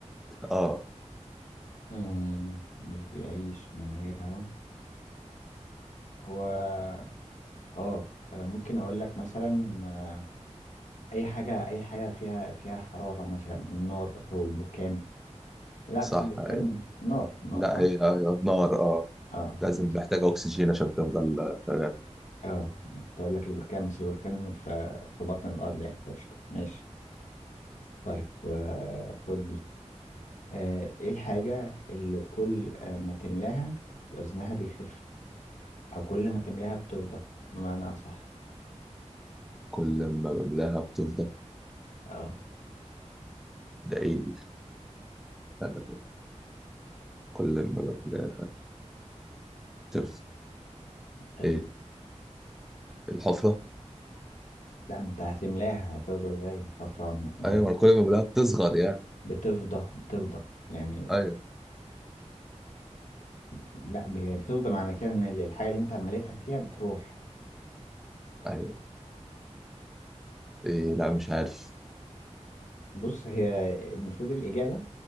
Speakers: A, in the centre; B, on the left (about 85°).
A: اه
B: آم، مش بيعيش من غير هوا هو اه آه، ممكن اقول لك مثلا آه، اي حاجه اي حاجه فيها فيها حراره مثلا النار او البركان لا
A: صح
B: بس البركان
A: أيوة.
B: نار نار
A: لا
B: صح
A: هي ايوه نار اه
B: اه
A: لازم
B: ماشي
A: محتاجة أكسجين عشان تفضل شغال
B: اه كنت اقول لك البركان بس البركان في في بطن الارض يعني فقشطه ماشي طيب آه، خد دي آه، ايه الحاجه اللي كل آه، ما تملاها وزنها بيخف او كل ما تملاها بتفضى بمعنى اصح
A: كل ما بملاها بتفضل
B: اه
A: ده إيه دي؟ أنا كل ما بملاها بتفضل
B: ايوه
A: إيه الحفرة
B: لا ما انت هتملاها هتفضى ازاي حفرة ما
A: أيوة أنا كل ما بملاها بتصغر يعني
B: بتفضى بتفضى يعني
A: أيوة
B: لا ب- بتفضى معنى كده ان الحاجه اللي انت عملتها فيها بتروح
A: أيوة إيه لا مش عارف
B: بص هي المفروض الاجابه